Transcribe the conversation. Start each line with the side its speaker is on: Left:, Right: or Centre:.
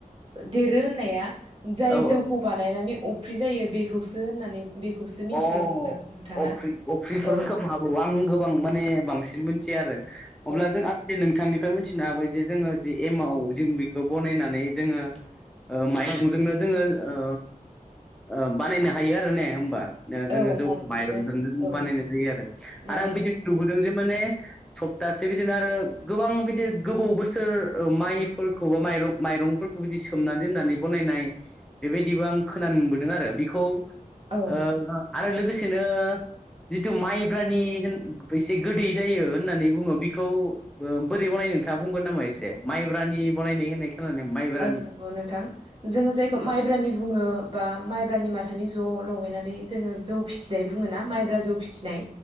Right: देरो होननाया जाय
Centre: औ
Right: जौखौ बानायनानै अफ्रि जायो बेखौसो होननानै बेखौसो मिथिदों
Centre: अ
Right: होनदों नोंथाङा
Centre: अफ्रि अफ्रिफोर
Right: औ
Centre: खोम हागौ आं गोबां माने बांसिन मोनथिया आरो अब्ला
Right: औ
Centre: जों आं जे नोंथांनि फ्राय मिथिनो हाबाय जे जोङो जे एमाव जों बेखौ बनायनानै जोङो माइरंजोंनो जोङो ओ ओ बानायनो हायो आरो ने होमबा? ओ जोङो
Right: औ
Centre: जौखौ
Right: माइरंजोंनो
Centre: मायरं जोंनो
Right: औ
Centre: बानायनाय जायो
Right: माइरंजोंनो
Centre: आरो आं बिदिनो
Right: बानायनाय
Centre: जे माने सप्तासे बिदिनो आरो गोबां बिदि गोबाव बोसोर ओ माइफोरखौ बा माइरं माइरंफोर फोरखौ बिदि सोमनानै दोननानै बनायनाय बेबायदिबो आं खोनानो मोनबोदों आरो बेखौ
Right: औ
Centre: ओ आरो लोगोसेनो जिथु माइब्रानि होन एसे गोदै जायो होननानै बुङो बेखौ बो बोरै बनायो? नोंथाङा बुंगोन नामा एसे माइब्रानि बानायनाय होननाय खोनादों माइब्रानि
Right: औ नंगौ नोंथां जोङो जायखौ माइब्रानि बुङो बा माइ ब्रानि माथानि ज लगायनानै जोङो जौ फिसिनाय बुङोना माइब्रा जौ फिसिनाय